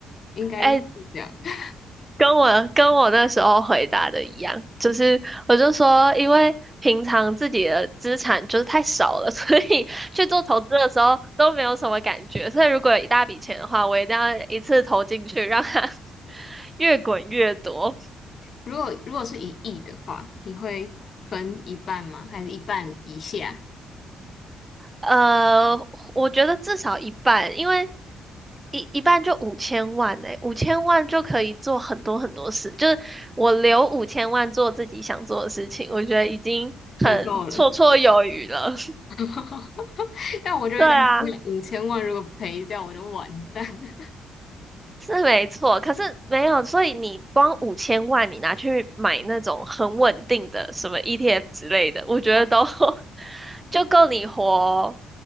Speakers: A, on the left (about 50°); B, on the right (about 20°).
A: 应该是这样。
B: 哎，
A: <laughs>
B: 跟我跟我那时候回答的一样，就是我就说，因为平常自己的资产就是太少了，<laughs> 所以去做投资的时候都没有什么感觉。所以如果有一大笔钱的话，我一定要一次投进去，让它 <laughs> 越滚越多。
A: 如果如果是一亿的话，你会分一半吗？还是一半以下？
B: 呃，我觉得至少一半，因为一一半就五千万呢、五千万就可以做很多很多事。就是我留五千万做自己想做的事情，我觉得已经很绰绰有余了。
A: 很够了。<laughs> 但我就会担心五千万如果赔掉我就完蛋。
B: 对啊，
A: <laughs>
B: 是没错，可是没有，所以你光五千万，你拿去买那种很稳定的什么 ETF 之类的，我觉得都
A: 嗯，
B: <laughs> 就够你活，